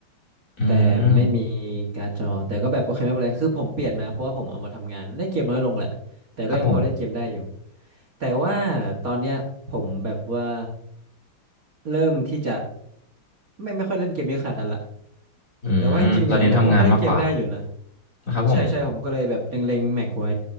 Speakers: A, on the left; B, on the right.
A: อืม
B: แต่ไม่มีการ์ดจอแต่ก็แบบโอเคไม่เป็นไรคือผมเปลี่ยนมาเพราะว่าผมเอามาทำงานเล่นเกมน้อยลงแหละแต่ก็ยังพอเล่นเกมได้อยู่
A: ครับผม
B: แต่ว่าตอนเนี้ยผมแบบว่าเริ่มที่จะไม่ไม่ค่อยเล่นเกมเยอะขนาดนั้นละ
A: อืมเราเน้นทำงานมากกว่า
B: แต่ว่าจริงๆอ่ะ MacBook ก็เล่นเกมได้อยู่นะ
A: นะครับผม
B: ใช่ใช่ผมก็เลยแบบเล็งๆแม็กไว้